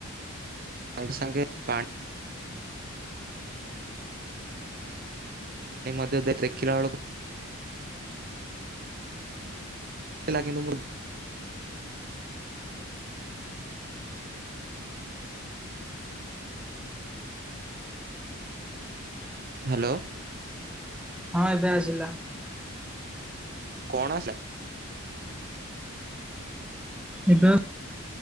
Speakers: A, on the right; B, in the centre.
A: ସାଙ୍ଗ୍ ସାଙ୍ଗେ। ପାଣି ଆଇ ମଧ୍ୟ ଦେ ଦେଖିଲା ବେଳକୁ। <unintelligible> କିନ୍ତୁ ମୁଁ ହାଲୋ।
B: ହଁ ଏବେ ଆସିଲା।
A: କଣ ଆସିଲା।
B: ଏବେ